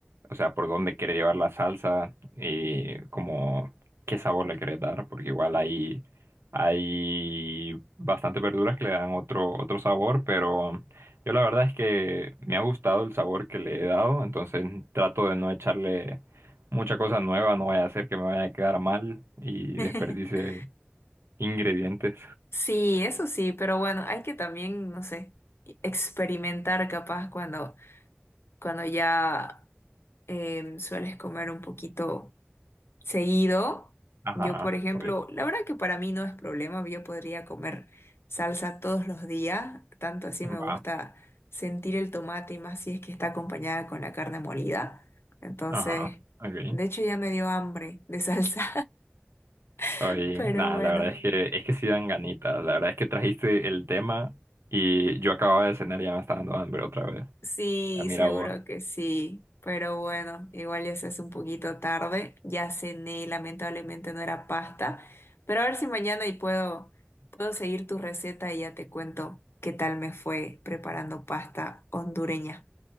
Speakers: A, on the right; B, on the left.
A: o sea, por dónde quiere llevar la salsa y como qué sabor le querés dar, porque igual hay, hay bastantes verduras que le dan otro, otro sabor, pero yo la verdad es que me ha gustado el sabor que le he dado, entonces trato de no echarle mucha cosa nueva, no voy a hacer que me vaya a quedar mal y
B: <laughs>
A: desperdice ingredientes.
B: Sí, eso sí, pero bueno, hay que también, no sé, experimentar capaz cuando, cuando ya em, sueles comer un poquito. seguido.
A: Ajá,
B: Yo, por ejemplo,
A: pues
B: la verdad que para mí no es problema, yo podría comer salsa todos los días, tanto así me
A: va.
B: gusta sentir el tomate y más si es que está acompañada con la carne molida. Entonces,
A: Ajá, ok.
B: de hecho ya me dio hambre de salsa, <laughs>
A: Oye,
B: pero
A: nada,
B: bueno.
A: la verdad es que es que sí dan ganitas. La verdad es que trajiste el tema y yo acababa de cenar y ya me está dando hambre otra vez.
B: Sí,
A: Ah, Mira
B: seguro
A: vos,
B: que sí. Pero bueno, igual ya se hace un poquito tarde. Ya cené, lamentablemente no era pasta. Pero a ver si mañana y puedo, puedo seguir tu receta y ya te cuento qué tal me fue preparando pasta hondureña.